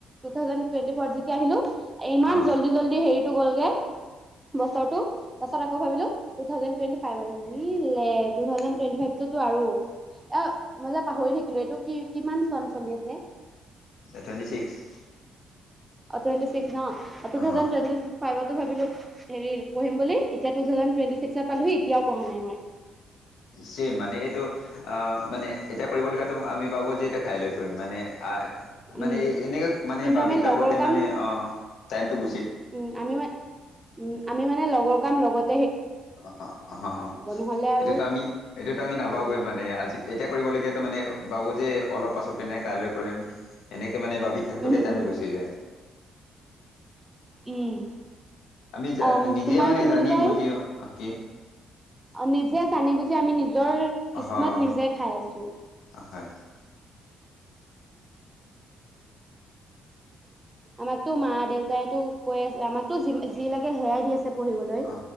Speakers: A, on the right; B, on the left.
A: ু থ টেি আহিলো ইমান
B: অ
A: জল্দি জল্দি হেৰি টো গ'লগে বছৰটো তাৰছত ভাবো ট থউে ট থউে টট ফাইভতো আৰু অ মই যে পাহৰি থাকিলো এইটো কি কিমান চন চলি আছে
B: টুৱেণ্টি ছিক্স
A: অ টেণ্িিক্ টু
B: অ
A: থাউজ ট ফাইভ ভাবিলো হেৰি পঢিম বুলি এতিয়া থে ট্ত পালোহি এতিয়াও প়া নাই মই
B: চম মানে এইটো অ মানে এতিয়া কৰিবলগীয়াাতো তুমি বাবো যে এইটো খাই লৈ কৰিম মানে অ মানে
A: উম
B: এনেকে মানে
A: কিন্তু
B: বাবিত
A: আমি
B: থাকোতে
A: লগৰ কাম
B: মানে অ াইম গ
A: উম আমি মান উম আমি মানে লগৰ কাম লগত
B: অ অ অ
A: নহ'লে আৰু
B: এইটোতো আমি এইটোতো আমি নাবোয়ে
A: যাব
B: মানে আজি এতিয়া কৰিবলগীয়াাতো মানে বাবো যে অলপ পাছতকে নেক্স কালৈ কৰিম এনেকে মানে বাবিত থাকোতে
A: উম
B: তাই
A: উম
B: গুচি যায়
A: উম
B: আমি জা
A: অ
B: নিজে
A: তোমাৰ
B: মানে
A: কি
B: জানি
A: বুলি কয়
B: বুজি অ কি
A: নিজে জানি বুজি আমি নিজৰ কিসমত
B: হয়
A: নিজে খাই আছো
B: হয়
A: আমাকতো মা দেউতাইো কৈ আছে আমাকোি যি লাগে সেয়াই দি আছে পঢ়িবলৈ
B: অ